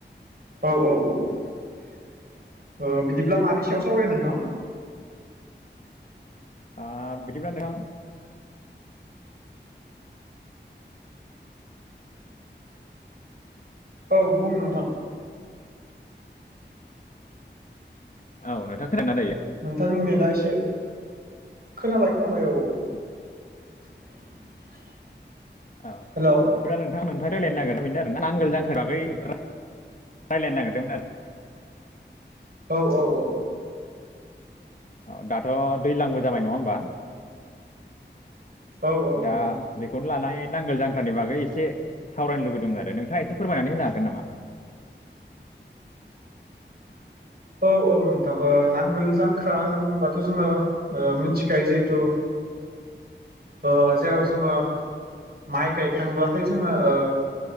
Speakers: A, on the right (about 55°); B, on the left (about 45°).
A: औ औ औ औ ओ बिदिब्ला मानि सायाव सावरायनो नोंथां?
B: ओ बिदिब्ला नोंथां
A: औ बुं नोंथां।
B: औ नोंथाङा खोदोंना दायो?
A: नोंथांनि नेदा एसे खोनाबाय -खोनाबाय औ औ। <unintelligible>
B: औ बिदिब्ला
A: हेलौ
B: नोंथां, नोंथां रायज्लायनो नागिरनाया बेनो आरोना नांगोल जांख्रानि बागै रायज्लायनो नागिरदोंमोन आरो।
A: औ औ औ
B: औ दाथ' दैलांबो जाबाय नङा होमबा?
A: औ औ
B: दा
A: नोंथां
B: बेखौ लानानै नांगोल जांख्रानि बागै एसे सावरायनो लुबैदोंमोन आरो। नोंथाङा एसे फोरमायनानै होनो हागोन नामा?
A: <unintelligible> औ औ नोंथां ओ नांगोल जांख्रा होनना बुङोबाथ' जोङो मिथिखायो जिहेथु ओ जेराव जोङो माइ गायखांब्लाथाय जोङो ओ